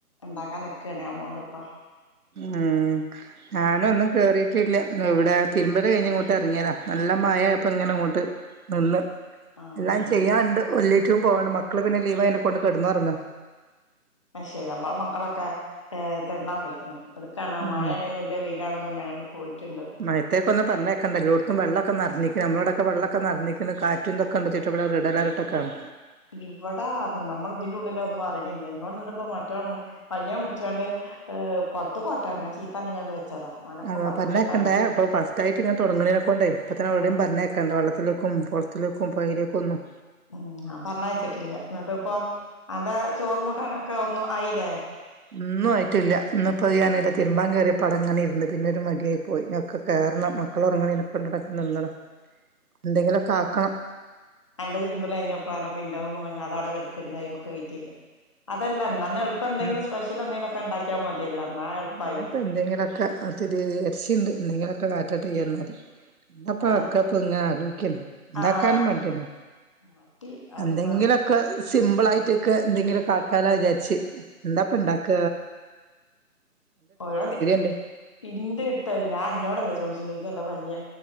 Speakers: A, on the left; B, on the right.
A: ഉണ്ടാക്കാൻ നിക്കാണ അമ്മോന്റെപ്പ
B: ഏ ഞാനൊ ന്നും കേറി ഇല്ല എവടെ തിരുമ്പല ഴിഞ്ഞിട്ടില്ല. ഇങ്ങോട്ട് ഇറങ്ങിയതാ നല്ല മഴ ഇപ്പ ഇങ്ങനെ ഇങ്ങോട്ട് നിന്ന്
A: ആഹ്
B: എല്ലാം
A: ഇനി
B: ചെയ്യാണ്ട് വല്ലേറ്റും പോവാണ്ട് മക്കള് പിന്നെ ലീവ കൊണ്ട് കിടന്നുറങ്ങ
A: ആഹ് ശരി നമ്മള മക്കളൊക്കെ തെണ്ടാൻ പോയിക്കണ് എടുക്കാണ്
B: ഉം
A: മഴയാണ വെയിലാണെന്നും ഞങ്ങ പോയിട്ടുണ്ട്
B: മയത്തേക്കൊന്ന് പറഞ്ഞേക്കണ്ട എല്ലടത്തും വെള്ളക്കെ നിറഞ്ഞിക്കണ് നമ്മോടൊ ക്കെ വെള്ളൊക്കെ നിറഞ്ഞിരിക്കണു കുറ്റിന്തൊക്കെ ഉണ്ട് ചട്ട വള റെഡ് അലർട്ടൊക്കെയാണ്
A: ഇവിടാ നമ്മൾ ഇതിന്റെ ഉള്ളില ഒന്നും അറിയണില്ല എന്നങ്ങോട് നിണ്ടിപ്പോ മറ്റോ അനിയൻ വിളിച്ചാണ്ട് ഏഹ് കൊളുത്ത് കോട്ടന്നർഞ്ഞ് ഞാൻ ചീത്തപ ർണ കണ്ടണ്ട് വെച്ചതാ ഓനപ്പ
B: ആഹ്
A: കൊളത്ത്ക്ക്
B: പറഞ്ഞൊക്കണ്ടേ
A: ഇട്ടാലേ
B: ഇപ്പ ഫസ് ആയിട്ട് ഇങ്ങെ തുടങ്ങണീക്കെണ്ടേ ഇപ്പ തന്നെ അവവിടെയും
A: ആഹ്
B: പറഞ്ഞക്കെ കണ്ട വെള്ളത്തിലേക്കും കൊളത്തിലേക്കും പുയയിലേക്കും ഒന്നും
A: ഉം ഞാൻ പറഞ്ഞയച്ചിട്ടില്ല എന്നിട്ട് ഇപ്പ അന്റെ ചോറും കൂട്ടാനൊക്കെ ഒന്നും ആയില്ലേ
B: ഇന്നും ആയിട്ടില്ല ഇന്ന് ഇപ്പോ ഞാനായി തിരുമ്പാം കയറിയ പടംങ്ങനെ ഇന്ന് പിന്നെ ഒരു മടിയായി പോയി ഒക്കെ കേറണം മക്കൾ ഉറങ്ങണേപ്പ കൊണ്ട നടക്ക നന്നണം എന്തെങ്കിലുമൊക്കെ ആക്കണം
A: എന്റെതിരുമ്പല്ക ഴിഞ്ഞപ്പഴ ഇന്റേതൊന്നും കഴി അത അവിടെ കെടക്കണ്ട് കൈ്മ ഒക്കെ കയിട്ടില്ല അതല്ലാ എളുപ്പം എന്തെങ്കിലും
B: ഉം
A: സ്പെഷ്യൽ എന്തെങ്കിലൊക്കെ ഉണ്ടാക്കിയാ മതിയല്ലോ എന്നാ എളുപ്പയില്ലേ
B: ഇനിയിപ്പോ എന്തെങ്കിലുമൊക്കെ ത്തിരി ഇരച്ചിയുണ്ട് എന്തെങ്കിലുമൊക്കെ കാട്ടട്ടെക്ക എന്നാല് എന്താപ്പക്കപ്പ
A: ഏഹ്
B: ഇങ്ങനെ ആലോചിക്കണ് ഉണ്ടാക്കാനും
A: ആഹ്
B: മടിയാണ്
A: മടി അതിപ്പോ
B: എന്തെങ്കിലും ക്കെ സിമ്പിൾ ആയിട്ടൊക്കെ എന്തെങ്കിലൊ കാക്കാല വിചാരിച്ച് എന്താപ്പ ഇണ്ടാക്ക
A: ഓരോ
B: ഉണ്ടേ
A: ഇന്റെ അടുത്തായി ഞാൻ അന്നോടല്ല ചോദിച്ച ഈ എന്തേ പണ്ണിയേ